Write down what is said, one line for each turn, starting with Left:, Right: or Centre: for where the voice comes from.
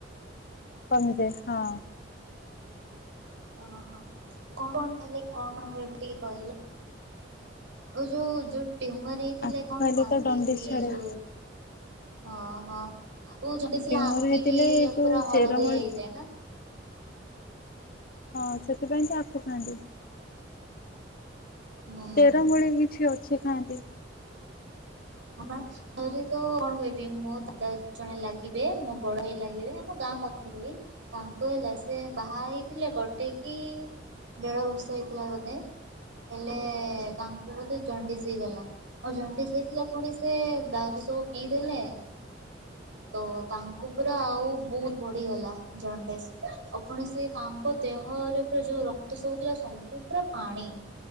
Left: କମିଯାଏ, ହଁ।
Right: ଓହୋ, କଣ କଲେ କଣ ହୁଏ ଟିକେ କହିଲେ? ଓ ଯଉ, ଯଉ ଟ୍ୟୁମର ପିଇଥିଲେ ଥିଲେ
Left: ଆଖୁ
Right: କଣ
Left: ଖାଇଲେ
Right: ଖାଆନ୍ତି
Left: ତ ଦଣ୍ଡିସି
Right: ସେଇ
Left: ଛାଡେ।
Right: ଯୋଉ, ହଁ-ହଁ ଓ ଜଣ୍ଡିସ
Left: ଟ୍ୟୁମର
Right: ହେଲେ ଆଖି
Left: ହେଇଥିଲେ
Right: ବି
Left: ଏ ଯୋଉ
Right: ପୁରା ହଳଦିଆ
Left: ଚେରମୂଳି
Right: ହେଇଯାଏ ନା?
Left: ହଁ, ସେଥିପାଇଁ ତ ଆଖୁ ଖାଆନ୍ତି।
Right: ହୁଁ।
Left: ଚେରମୂଳି କିଛି ଅଛି ଖାଆନ୍ତି।
Right: ହଁ ବା ଥରେ ତ କଣ କହିବି, ମୋ ଦାଦା ଜଣେ ଲାଗିବେ ମୋ ବଡ଼ ଭାଈ ଲାଗିବେ, ଆମ ଗାଁ ପାଖରେ ତାଙ୍କୁ ହେଲା ସେ ବାହା ହେଇଥିଲେ, ଗୋଟେ କି ଦେଢ଼ ବର୍ଷ ହେଇଥିଲା ବୋଧେ ହେଲେ, ତାଙ୍କୁ ବୋଧେ ଜଣ୍ଡିସ୍ ହେଇଗଲା, ଆଉ ଜଣ୍ଡିସ ହେଇଥିଲା ପୁଣି ସେ ଦାରୁ ସବୁ ପିଇଦେଲେ। ତୋ ତାଙ୍କୁ ପୁରା ଆଉ ବହୁତ ବଢିଗଲା ଜଣ୍ଡିସ, ଆଉପୁଣି ସେ ତାଙ୍କ ତାଙ୍କ ଦେହରେ ପୁରା ଯୋଉ ରକ୍ତ ସବୁ ଥିଲା, ସବୁ ପୁରା ପାଣି।